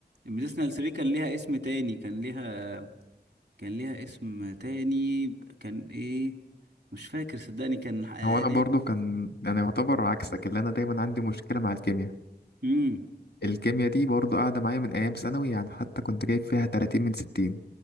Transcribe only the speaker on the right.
الميديسنال 3 كان ليها اسم تاني كان ليها كان ليها اسم تاني كان ايه مش فاكر صدقني كان آه،
ليها
امم